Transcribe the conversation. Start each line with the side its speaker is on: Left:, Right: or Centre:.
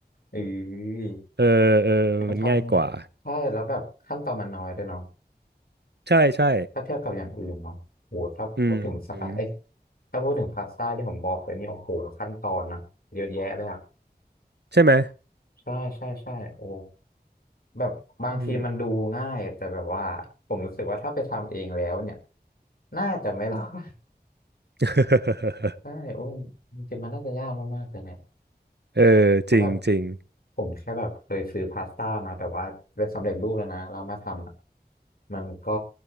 Left: เออ
Right: เออเออมันง่ายกว่า
Left: มันทำใช่แล้วแบบขั้นตอนมันน้อยด้วยเนาะ
Right: ใช่ใช่
Left: ถ้าเทียบกับอย่างอื่นเนาะโหถ้าพูดถึงสไตล์เอ้ย
Right: อืมอืม
Left: ถ้าพูดถึงพาสต้าที่ผมบอกไปนี่โอ้โหขั้นตอนนะเยอะแยะเลยอะ
Right: ใช่ไหม
Left: ใช่ใช่ใช่โอ้แบบบางทีมันดูง่ายแต่แบบว่าผมรู้สึกว่าถ้าไปทำเองแล้วเนี่ย
Right: อืม
Left: น่าจะไม่รอด
Right: <laughs>
Left: <laughs> ใช่โอ้จริงๆมันน่าจะยากมากๆเลยเนี่ย
Right: เออจริงจริง
Left: เพราะแบบผมแค่แบบเคยซื้อพาสต้ามาแบบว่าเป็นสำเร็จรูปแล้วนะแล้วมาทำอะมันก็